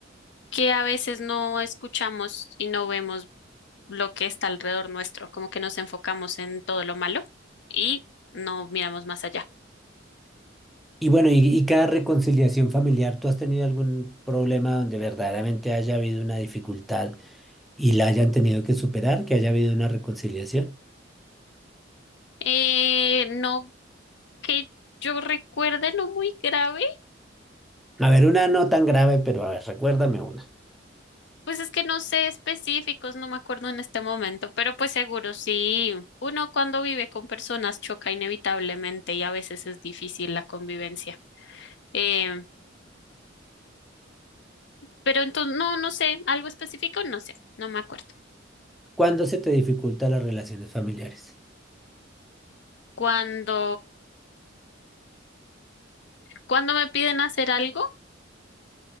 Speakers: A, on the left; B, in the centre.
A: Que a veces no escuchamos y no vemos lo que está alrededor nuestro, como que nos enfocamos en todo lo malo y no miramos más allá.
B: Y bueno, y, y cada reconciliación familiar, ¿tú has tenido algún problema donde verdaderamente haya habido una dificultad y la hayan tenido que superar, que haya habido una reconciliación?
A: Eh, no que yo recuerde, no muy grave,
B: A ver, una no tan grave, pero a ver, recuérdame una.
A: pues es que no sé específicos, no me acuerdo en este momento, pero pues seguro sí, uno cuando vive con personas choca inevitablemente y a veces es difícil la convivencia. Eh, pero entonces, no, no sé, algo específico, no sé, no me acuerdo.
B: ¿Cuándo se te dificultan las relaciones familiares?
A: Cuando, cuando me piden hacer algo,